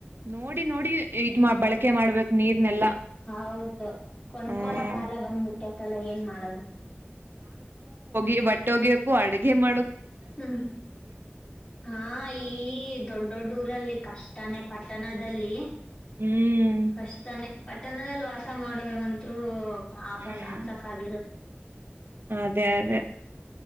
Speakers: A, on the right; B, on the left.
A: ನೋಡಿ ನೋಡಿ ಇದ್ ಮಾ ಬಳಕೆ ಮಾಡ್ಬೇಕ್ ನೀರ್ನೆಲ್ಲಾ
B: ಹೌದು ಕೊಂಡ್ಕೊಳೋ
A: ಹ್ಮ್
B: ಕಾಲ ಬಂದ್ಬಿಟ್ಟತಲ್ಲ ಏನ್ ಮಾಡದು
A: ಈ ಬಟ್ಟೆ ಹೋಗಿಯಕು ಅಡ್ಗೆ ಮಾ
B: ಹ್ಮ ಹ ಈ ದೊಡ್ ದೊಡ್ಡ ಊರಲ್ಲಿ ಕಷ್ಟನೇ ಪಟ್ಟಣದಲ್ಲಿ
A: ಹ್ಮ್
B: ಕಷ್ಟಾನೇ ಪಟ್ಟಣದಲ್ಲಿ ವಾಸ ಮಾಡೋರ್ ಗಂತು ಹಾಪ
A: ಹ್ಮ್
B: ಸಾಕ್ ಸಾಕ್ ಆಗಿರತ್ತ
A: ಅದೇ ಅದೇ